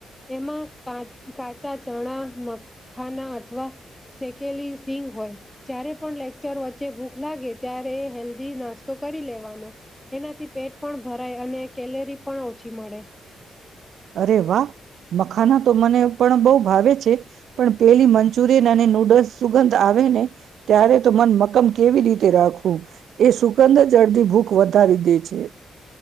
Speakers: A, in the centre; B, on the right.
A: એમાં કા કાચા ચણા ખાના અથવા સેકેલી સિંગ હોય જ્યારે પણ લેક્ચર વચ્ચે ભૂખ લાગે ત્યારે હેલ્ધી નાસ્તો કરી લેવાનો એનાથી પેટ પણ ભરાય અને કેલેરી પણ ઓછી મળે.
B: અરે વાહ મખાના તો મને પણ બહુ ભાવે છે પણ પેલી મંચુરિયન અને નૂડલ્સ સુગંધ આવે ને ત્યારે તો મન મક્કમ કેવી રીતે રાખવું એ સુગંધ જ અડધી ભૂખ વધારી દે છે.